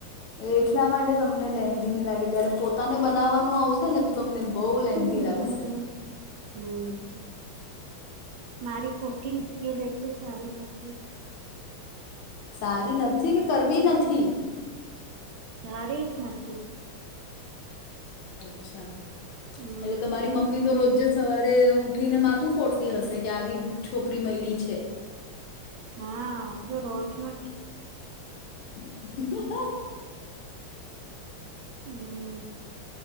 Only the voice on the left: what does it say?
એટલા માટે તમને લેંધી ની લાગે જયારે પોતાને બનાવવાનું આવશે ને તો તમને બહુ લેન્ધી
લાગશે
સારી નથી કે કરવી નથી.
અજ અચ્છા
એટલે તમારી મમ્મી તો રોજ સવારે ઉઠીને માથું ફોડતી હશે કે આવી છોકરી મયડી છે.
<inaudible>